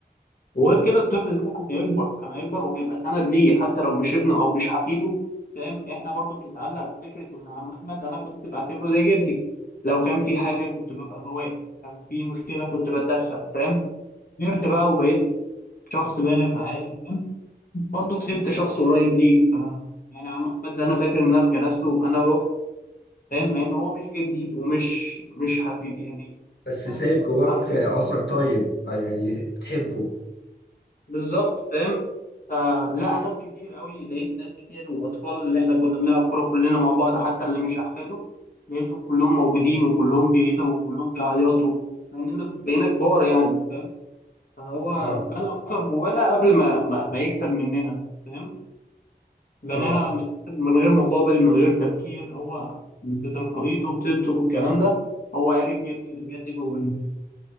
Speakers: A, on the left (about 55°); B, on the left (about 80°).
A: وغير كده الطفل ده كان هيكبر كان هيكبر وهيبقى سند ليه حتى لو مش ابنه او مش حفيده فاهم احنا برضو بنتعلق بفكره ان عم احمد انا كنت بعتبره زي جدي لو كان في حاجه كنت ببقى بواقف كان في مشكله كنت بتدخل فاهم كبرت بقى وبقيت شخص بالغ عاقل فاهم برضو كسبت شخص قريب ليك ف- يعني عم احمد ده انا فاكر ان انا في جنازته انا رحت فاهم مع ان هو مش جدي ومش مش حفيد يعني
B: بس
A: انا
B: سايب
A: مش
B: جواك
A: عارف
B: آه، اثر طيب آه، يعني بتحبه
A: بالظبط فاهم فلا ناس كتير قوي لقيت ناس كتير والاطفال اللي احنا كنا بنلعب كوره كلنا مع بعض حتى اللي مش احفاده لقيتهم كلهم موجودين وكلهم بيتوا وكلهم بيعيطوا مع اننا بقينا كبار يعني فاهم فهو
B: اه
A: بنى اثر جوانا قبل ما ما, ما يكسب مننا فاهم بناها
B: اه
A: من من غير مقابل من غير تفكير هو بتلقائيته بطيبته بالكلام ده هو عرف يبني الحاجات دي جوانا